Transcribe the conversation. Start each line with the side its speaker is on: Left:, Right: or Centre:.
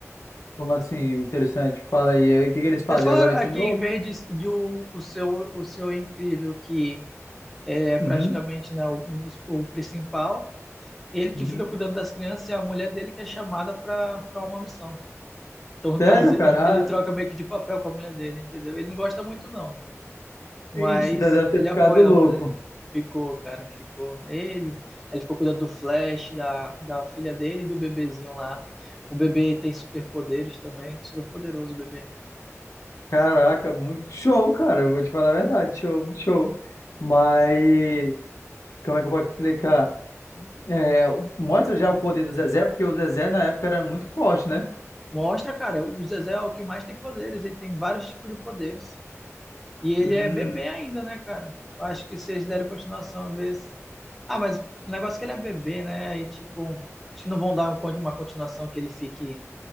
Left: Como assim? Interessante. Fala aí. aí, O que que eles fazem
Centre: Eles falaram
Left: agora de
Centre: aqui,
Left: novo?
Centre: em vez de, de o, o seu, o seu incrível, que é praticamente
Left: Uhum,
Centre: né, um dos, o principal, ele
Left: uhum.
Centre: que fica cuidando das crianças e a mulher dele que é chamada para uma missão. Então, no
Left: Sério,
Centre: caso,
Left: cara?
Centre: <laughs> ele
Left: Ah,
Centre: troca meio que de papel com a mulher dele, entendeu? Ele não gosta muito, não. Mas
Left: ixi, então deve ter
Centre: ele
Left: ficado
Centre: apoia
Left: louco.
Centre: muito, né? Ficou, cara, ficou. Ele, ele ficou cuidando do Flash, da, da filha dele e do bebezinho lá. O bebê tem superpoderes também, super poderoso o bebê.
Left: Caraca, muito show, cara. Eu vou te falar a verdade, show, muito show. Mas como é que eu posso explicar? É, mostra já o poder do Zezé, porque o Zezé na época era muito forte, né?
Centre: Mostra, cara, o Zezé é o que mais tem poderes, ele tem vários tipos de poderes. E ele
Left: Hum,
Centre: é bebê ainda, né, cara? Acho que se eles derem continuação, às vezes. Ah, mas o negócio é que ele é bebê, né? Aí, tipo, acho que não vão dar um- uma continuação que ele fique